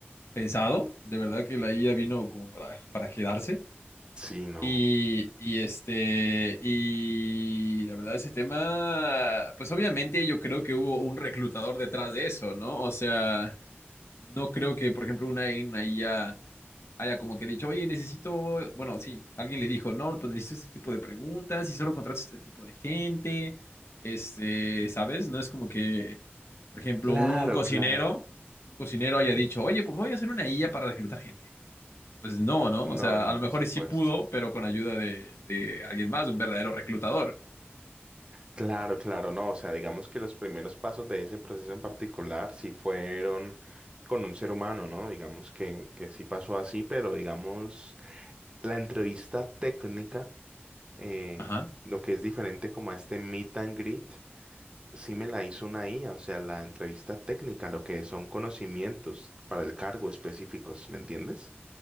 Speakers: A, on the left (about 80°); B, on the right (about 25°).
A: pensado. De verdad que la IA vino como para, para quedarse.
B: Sí, no.
A: Y, y este, y la verdad, ese tema, pues obviamente yo creo que hubo un reclutador detrás de eso, ¿no? O sea, no creo que, por ejemplo, una una IA haya como que dicho, oye, necesito, bueno, sí, alguien le dijo, no, pues necesito este tipo de preguntas y solo contrato este tipo de gente, este, ¿sabes? No es como que, por ejemplo,
B: Claro,
A: un cocinero,
B: claro.
A: un cocinero haya dicho, oye, pues voy a hacer una IA para reclutar gente. Pues no, ¿no?
B: No,
A: O sea,
B: no,
A: a lo
B: por
A: mejor
B: supuesto.
A: sí pudo, pero con ayuda de, de alguien más, de un verdadero reclutador.
B: Claro, claro, no, o sea, digamos que los primeros pasos de ese proceso en particular sí fueron con un ser humano, ¿no? Digamos que, que sí pasó así, pero digamos, la entrevista técnica, eh,
A: Ajá.
B: lo que es diferente como a este meet and greet, sí me la hizo una IA, o sea, la entrevista técnica, lo que son conocimientos para el cargo específicos, ¿me entiendes?